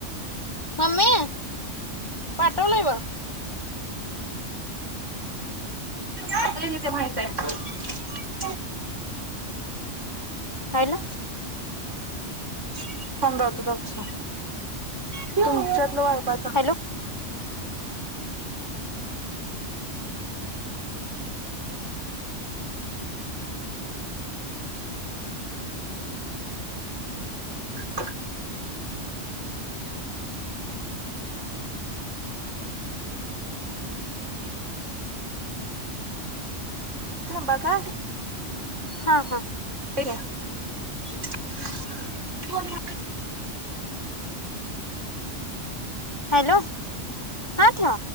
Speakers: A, on the left (about 20°); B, on the right (about 80°).
A: मम्मे, पाठवलंय बघ.
B: आता एक इथं माहित आहे. <unintelligible>
A: हायला
B: <unintelligible> तुमच्यातलं वाळपा
A: हॅलो,
B: <inaudible> थांबा का?
A: हा हा
B: ते द्या. <unintelligible>
A: हॅलो, ह ठेवा.